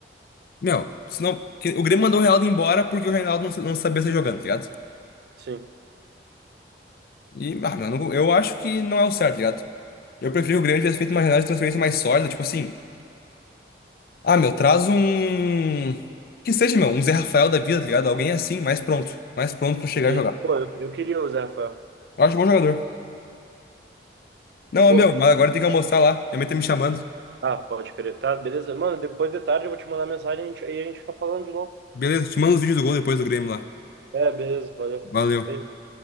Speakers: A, on the left; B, on the right.
A: Meu, senão. que- O Grêmio mandou o Reinaldo embora porque o Reinaldo não, sa- não sabia sair jogando, tá ligado?
B: sim,
A: E, ah, meu, eu não- eu acho que não é o certo, tá ligado? Eu prefiro o Grêmio tivesse feito uma janela de transferência mais sólida, tipo assim. Ah, meu, traz um. Que seja, meu, um Zé Rafael da vida, tá ligado? Alguém assim, mais pronto. Mais pronto pra chegar
B: sim.
A: e jogar.
B: Pô, eu, eu queria o Zé Rafael.
A: Eu acho bom jogador. Não,
B: Pô,
A: meu, mas agora tem que almoçar lá. Minha mãe tá me chamando.
B: ah, pode crer. Tá, beleza? Mano, depois de tarde eu vou te mandar mensagem e a gente aí a gente fica falando de novo.
A: Beleza, te mando os vídeos do gol depois do Grêmio lá.
B: É, beleza, valeu.
A: Valeu.
B: Feito.